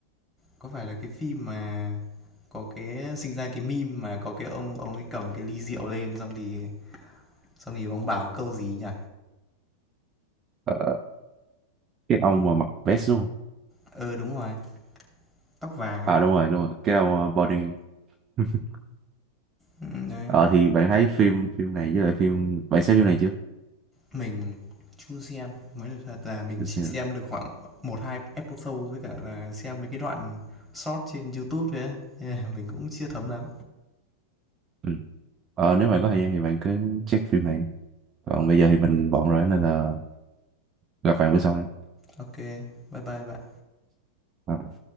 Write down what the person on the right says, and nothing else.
Ờ, cái ông mà mặc vest luôn
à đúng rồi đúng rồi cái ông ờ, body <laughs>
ờ thì bạn thấy phim phim này với lại phim bạn xem phim này chưa
Để
xem.
ừ. ờ, nếu bạn có thời gian thì bạn cứ check phim này còn bây giờ thì mình bận rồi nên là gặp bạn bữa sau nha
Bye bye.